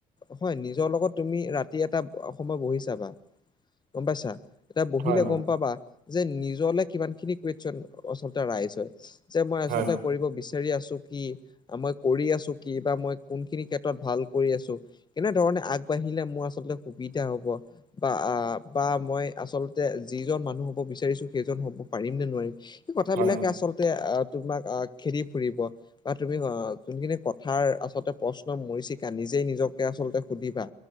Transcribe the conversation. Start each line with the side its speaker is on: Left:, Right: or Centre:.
Left: হয় নিজৰ লগত তুমি ৰাতি এটা অকণমান বহি চাবা গম পাইছা এতিয়া বহিলে
Right: হয় হয়
Left: গম পাবা যে নিজলে কিমান খিনি কুইৱেচন আচলতে ৰাইচ হয় যে মই আচলতে
Right: হয়
Left: কৰিব বিচাৰ বিচাৰি আছো কি আমাৰ কৰি আছো কি বা মই কোনখিনি ক্ষেত্ৰত ভাল কৰি আছো কেনেধৰণে আগবাঢ়িলে মোৰ আচলতে সুবিধা হব বা আ বা মই আচলতে যিজন মানুহ হ'ব বিচাৰিছো সেইজন হ'ব পাৰিম নে নোৱাৰিম সেই কথাবিলাকে
Right: হয় হয়
Left: আচলতে আহ তোমাক আহ খেদি ফুৰিব বা তুমি অ যোনখিনি কথাৰ আচলতে প্ৰশ্নৰ মৰিছিকা নিজেই নিজকে আচলতে সুধিবা